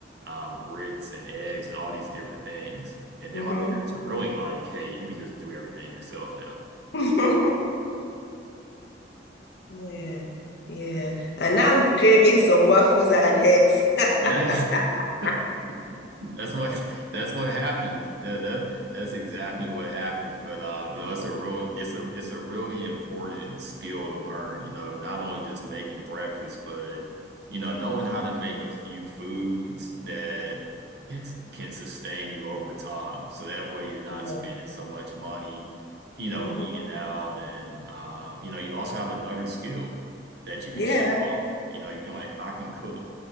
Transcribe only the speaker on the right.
um, grits and eggs and all these different things. And then
my parents were really like, hey, you can just do everything yourself now.
Yeah. <laughs> That's what <laughs> that's what happens. Yeah, that that's exactly what happens. But uh, you know, it's a real it's a it's a really important skill to learn, you know, not only just making breakfast, but you know, knowing how to make a few foods that can can sustain you over time. So that way you're not
spending so much money, you know,
eating out and um, you know, you also have another skill that you can
show off. You know, you can like I can cook.